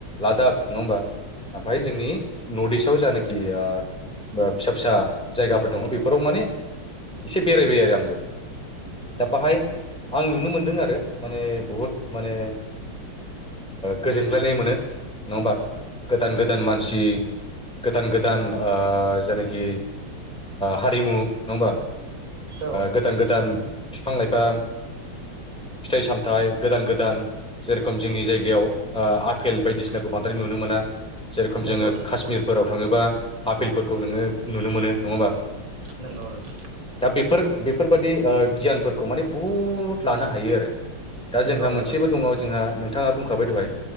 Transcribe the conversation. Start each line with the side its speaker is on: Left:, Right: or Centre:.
Centre: लादाख नङा होमबा? ओमफाय जोंनि नर्थ इस्टाव जायनाखि फिसा फिसा जायगाफोर दङ बेफोराव माने एसे बेरायबाय आरो आंबो दा बाहाय आं नुनो मोनदों आरो। माने बुहुद माने गोजोनग्लायनाय मोनो नङा होमबा? गोदान गोदान मानसि गोदान गोदान जेनोखि हारिमु नङा होमबा?
Right: औ नोंथां
Centre: गोदान गोदान बिफां लाइफां फिथाइ सामथाइ गोदान गोदान जेरोखोम जोंनि जायगायाव आ फेल बायदिसिनाखौ बांद्राय नुनो मोना जेरोखोम
Right: नंगौ
Centre: जोङो
Right: नोंथां
Centre: काश्मिरफोराव थाङोबा आफेलफोरखौ नोङो नुनो मोनो नङा होमबा?
Right: नोंगौ <unintelligible>
Centre: दा बेफोर बेफोरबादि गियानफोरखौ माने बुहुत लानो हायो आरो। दा
Right: नंगौ
Centre: जोंहा
Right: नोंथां
Centre: मोनसेबो
Right: नंगौ
Centre: दङ जोंहा नोंथाङा बुंखाबाय दहाय